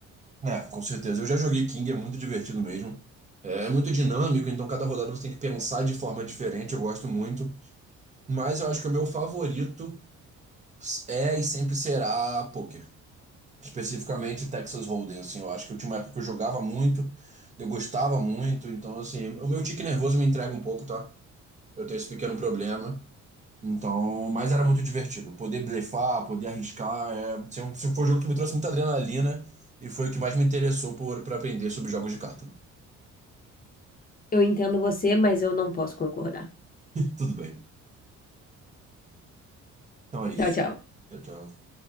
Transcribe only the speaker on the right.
É, com certeza. Eu já joguei King, é muito divertido mesmo. É, é muito dinâmico, então cada rodada você tem que pensar de forma diferente, eu gosto muito. Mas eu acho que o meu favorito é e sempre será poker. especificamente Texas Hold'em, assim, eu acho que eu tinha uma época que eu jogava muito, eu gostava muito, então assim, o meu tique nervoso me entrega um pouco, tá? Eu tenho esse pequeno problema. Então, mas era muito divertido. Poder blefar, poder arriscar, é, se é um- se foi um jogo que me trouxe muita adrenalina e foi o que mais me interessou por para aprender sobre jogos de carta.
Tudo bem. Então é isso.
Tchau, tchau.